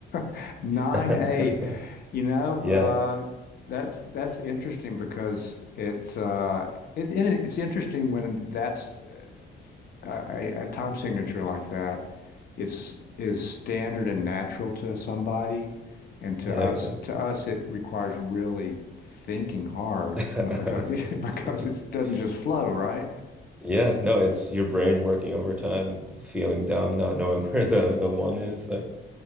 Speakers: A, on the left; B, in the centre.
A: <laughs> Nine
B: <laughs>
A: eight. You know,
B: Yeah,
A: uh, that's that's interesting because it's uh, it, and it- it's interesting when that's a, a a time signature like that is is standard and natural to somebody, and to
B: yeah,
A: us
B: exactly.
A: to us it requires really thinking hard.
B: <laughs>
A: It's not because <laughs> because it doesn't just flow, right?
B: Yeah, no, it's your brain working overtime, feeling dumb, not knowing <laughs> where the the one is. Like,